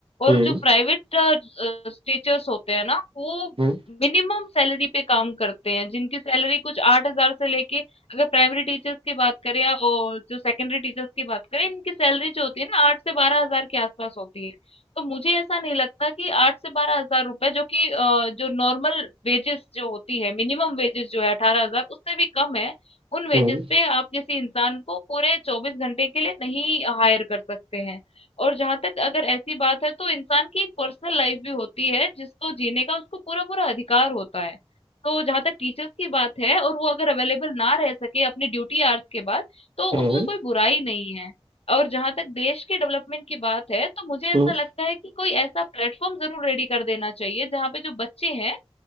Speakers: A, on the left; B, on the right.
A: और
B: हम्म
A: जो प्राइवेट अ, टीचर्स होते हैं ना वो
B: हम्म
A: मिनिमम सैलरी पे काम करते हैं, जिनकी सैलरी कुछ 8,000 से लेके अगर प्राइमरी टीचर्स की बात करें या और जो सेकेंडरी टीचर्स की बात करें, इनकी सैलरी जो होती है ना 8 से 12,000 के आस-पास होती है। तो मुझे ऐसा नहीं लगता कि 8 से 12,000 रुपए जो कि अ, जो नॉर्मल वेजेस जो होती है, मिनिमम वेजेस जो है 18,000 उससे भी कम है। उन वेजेस
B: हम्म
A: पे आप किसी इंसान को पूरे 24 घंटे के लिए नहीं हायर कर सकते हैं। और जहाँ तक अगर ऐसी बात है तो इंसान की एक पर्सनल लाइफ भी होती है जिसको जीने का उसको पूरा-पूरा अधिकार होता है। तो जहाँ तक टीचर्स की बात है और वो अगर अवेलेबल ना रह सके अपनी ड्यूटी आवर्स के बाद, तो
B: हम्म
A: उसमें कोई बुराई नहीं है। और जहां तक देश के डेवलपमेंट की बात है तो मुझे ऐसा
B: हम्म
A: लगता है कि कोई ऐसा प्लेटफॉर्म जरूर रेडी कर देना चाहिए जहां पे जो बच्चे हैं